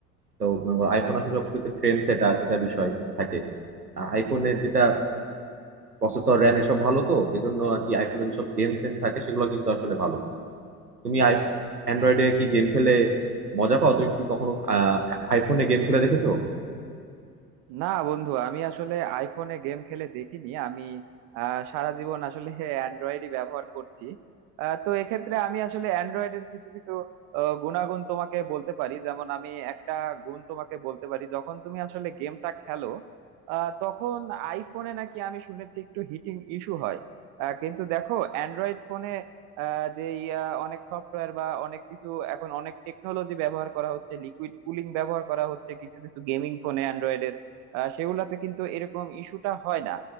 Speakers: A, on the right; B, on the right.
A: তো আইফোন আসলে সবথেকে ট্রেন্ড সেটার এটা বিষয় থাকে আইফোনের যেটা প্রসেসর র্যাম এসব ভালো তো এজন্য আর কি আইফোনের যেসব গেম টেম থাকে সেগুলো কিন্তু আসলে ভালো তুমি আই অ্যান্ড্রয়েডে কি গেম খেলে মজা পাও তুমি কি কখনো আহ, আইফোনে গেম খেলে দেখেছো
B: না বন্ধু আমি আসলে আইফোনে গেম খেলে দেখিনি আমি আহ, সারা জীবন আসলে অ্যান্ড্রয়েডই ব্যবহার করছি আহ, তো এক্ষেত্রে আমি আসলে অ্যান্ড্রয়েডের কিছু কিছু আহ, গুণাগুণ তোমাকে বলতে পারি যেমন আমি একটা গুণ তোমাকে বলতে পারি যখন তুমি আসলে গেমটা খেলো আহ, তখন আইফোনে নাকি আমি শুনেছি একটু হিটিং ইস্যু হয় আহ, কিন্তু দেখো অ্যান্ড্রয়েড ফোনে যে আহ, অনেক সফটওয়্যার বা অনেক কিছু এখন অনেক টেকনোলজি ব্যবহার করা হচ্ছে লিকুইড কুলিং ব্যবহার করা হচ্ছে কিছু কিছু গেমিং ফোনে অ্যান্ড্রয়েডের আহ সেগুলাতে কিন্তু এরকম ইস্যুটা হয় না